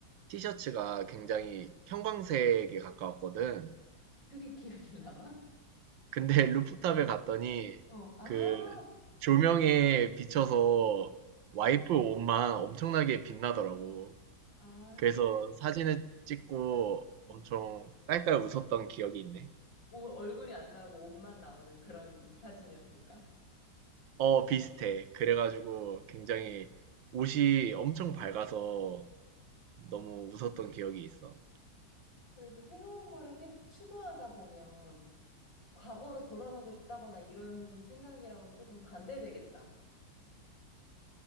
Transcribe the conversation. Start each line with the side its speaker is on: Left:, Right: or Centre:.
Right: 티셔츠가 굉장히 형광색에 가까웠거든.
Left: 그게 <laughs> 기억이 남아?
Right: 근데 <laughs> 루프탑에
Left: 어.
Right: 갔더니
Left: 어. 아,
Right: 그 조명에 비춰서 와이프 옷만 엄청나게 빛나더라고.
Left: 아,
Right: 그래서
Left: 그
Right: 사진을 찍고
Left: 음.
Right: 엄청 깔깔 웃었던 기억이 있네.
Left: 오- 얼굴이 안 나오고 옷만 나오는 그런 사진이었을까?
Right: 어, 비슷해. 그래가지고 굉장히 옷이 엄청 밝아서 너무 웃었던 기억이 있어.
Left: 그래도 새로운 거를 계속 추구하다 보면 과거로 돌아가고 싶다거나 이런 생각이랑은 조금 반대되겠다.